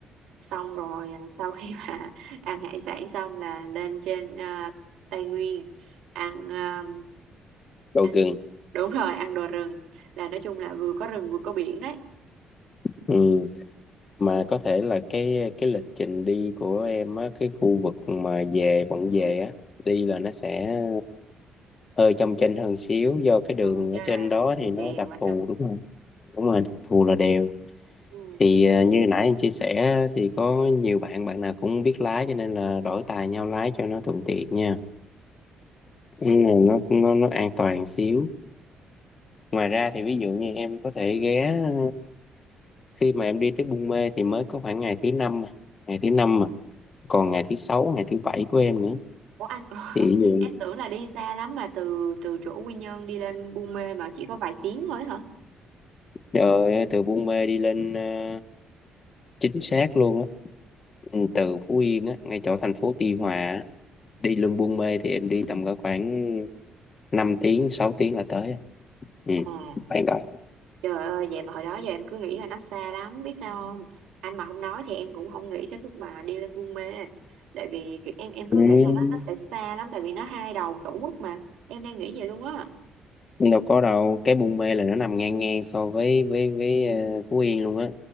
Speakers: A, on the right; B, on the left.
A: xong rồi à, <laughs> sau khi mà <laughs> ăn hải sản xong là lên trên à, Tây Nguyên ăn à,
B: đồ
A: ăn
B: gừng
A: đúng rồi ăn đồ rừng là nói chung là vừa có rừng vừa có biển đấy
B: ừ. mà có thể là cái cái lịch trình đi của em á cái khu vực mà về bận về á đi là nó sẽ ờ, hơi trong chênh hơn xíu do cái đường
A: ờ, do
B: ở trên
A: là
B: đó
A: đèo
B: thì nó đặc
A: anh
B: thù
A: ha
B: đúng rồi đúng rồi đặc thù là đèo
A: ừ,
B: thì à, như nãy em chia sẻ thì có nhiều bạn bạn nào cũng biết lái cho nên là đổi tài nhau lái cho nó thuận tiện nha Ừ, nó nó nó an toàn xíu ngoài ra thì ví dụ như em có thể ghé ờ, khi mà em đi tới Buôn Mê thì mới có khoảng ngày thứ năm mà. ngày thứ năm mà còn
A: ừ.
B: ngày thứ sáu ngày thứ bảy của em nữa
A: Ủa anh <laughs>
B: thì ví dụ
A: em tưởng là đi xa lắm mà từ từ chỗ Quy Nhơn đi lên Buôn Mê mà chỉ có vài tiếng thôi hả?
B: Trời ơi, từ Buôn Mê đi lên ờ, chính xác luôn á Ừ, từ Phú Yên á ngay chỗ thành phố Tuy Hòa á, đi lên Buôn Mê thì em đi tầm có khoảng 5 tiếng 6 tiếng là tới ừ
A: À,
B: bạn rồi
A: trời ơi vậy mà hồi đó giờ em cứ nghĩ là nó xa lắm biết sao không? Anh mà không nói thì em cũng không nghĩ tới lúc mà đi lên Buôn Mê. Tại vì kiểu em em cứ
B: ừ.
A: nghĩ là nó, nó sẽ xa lắm tại vì nó hai đầu tổ quốc mà. Em đang nghĩ vậy luôn á.
B: đâu có đâu cái Buôn Mê là nó nằm ngang ngang so với với với ờ, Phú Yên luôn á